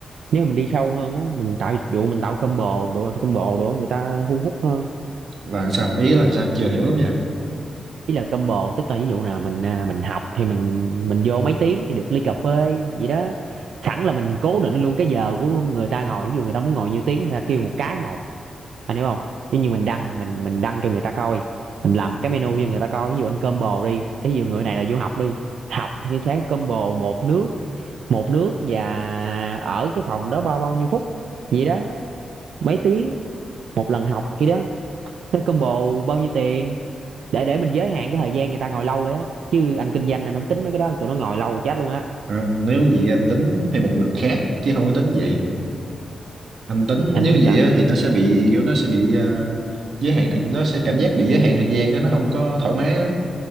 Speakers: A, on the right (about 80°); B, on the right (about 55°).
A: nếu mà mình đi sâu hơn á mình tạo dịch vụ mình tạo combo đồ combo đồ người ta thu hút hơn
B: Là sao? Ý là sao? Chưa hiểu lắm nha.
A: ý là combo tức là ví dụ nào mình à, mình học thì mình mình vô mấy tiếng thì được ly cà phê vậy đó sẵn là mình cố định luôn cái giờ của người ta ngồi ví dụ người ta muốn ngồi nhiêu tiếng người ta kêu một cái một anh hiểu không ví như mình đăng mình mình đăng cho người ta coi mình làm cái menu cho người ta coi ví dụ anh combo đi ví dụ người này là vô học đi học thì nó sẽ combo một nước một nước và ở cái phòng đó bao bao nhiêu phút vậy đó mấy tiếng một lần học kia đó nó combo bao nhiêu tiền để để mình giới hạn cái thời gian người ta ngồi lâu đấy á chứ anh kinh doanh anh không tính mấy cái đó tụi nó ngồi lâu chết luôn á
B: Không, nếu vậy anh tính theo một đường khác chứ không có tính vậy. Anh tính
A: anh
B: nếu
A: tính
B: vậy
A: sao
B: á, thì nó sẽ bị kiểu nó sẽ bị à, giới hạn thì nó sẽ cảm giác bị giới hạn thời gian cái nó không có thoải mái á.